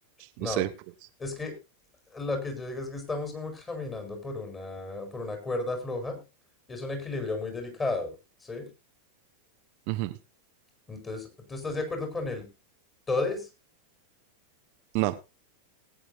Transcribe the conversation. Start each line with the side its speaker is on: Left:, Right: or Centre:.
Right: no
Left: no.
Right: sé, pues.
Left: Es que lo que yo digo es que estamos como caminando por una, por una cuerda floja y es un equilibrio muy delicado, ¿sí?
Right: Ujú.
Left: Entonces, tú estás de acuerdo con el todes,
Right: No,